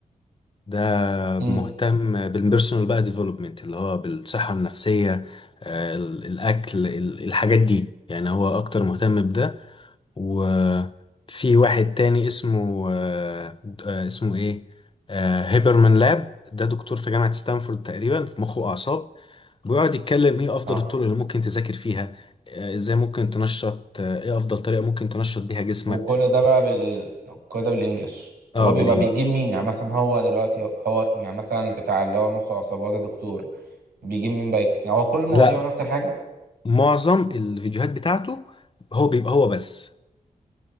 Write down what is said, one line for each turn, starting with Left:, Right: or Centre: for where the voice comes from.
Left: ده
Right: امم
Left: مهتم بالبيرسونال بقى ديفلوبمنت اللي هو بالصحة النفسية آه، ال- الاكل ال- الحاجات دي يعني هو اكتر مهتم بده وفي واحد تاني اسمه آه، آه، اسمه ايه آه، هيبرمان لاب ده دكتور في جامعة ستانفورد تقريبا في مخ وأعصاب بيقعد يتكلم ايه أفضل
Right: اه
Left: الطرق اللي ممكن تذاكر فيها آه، ازاي ممكن تنشط آه، ايه أفضل طريقة ممكن تنشط بيها جسمك
Right: وكل ده بقى بال كل ده بالانجلش طب
Left: اه
Right: هو
Left: بالإنجليش
Right: بيبقى بيجيب مين يعني مثلا هو دلوقتي هو يعني مثلا بتاع اللي هو مخ وعصابات ده دكتور بيجيب مين بقى يعني هو كل المواضيع
Left: لا
Right: نفس الحاجة
Left: معظم الفيديوهات بتاعته هو بيبقى هو بس